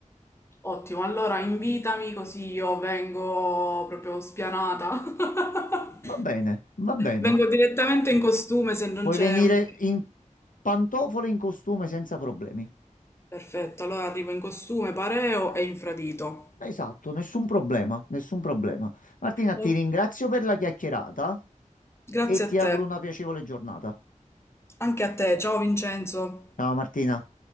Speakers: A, on the left; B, on the left.
A: Ottimo, allora invitami così io vengo proprio spianata. <laughs>
B: Va bene, va bene.
A: Vengo direttamente in costume se non
B: Puoi
A: c'è
B: venire
A: un...
B: in pantofole e in costume senza problemi.
A: Perfetto, allora arrivo in costume, pareo e infradito.
B: Esatto, nessun problema, nessun problema. Martina,
A: Ok,
B: ti ringrazio per la chiacchierata
A: Grazie
B: e ti
A: a te.
B: auguro una piacevole giornata.
A: Anche a te. Ciao Vincenzo.
B: Ciao Martina.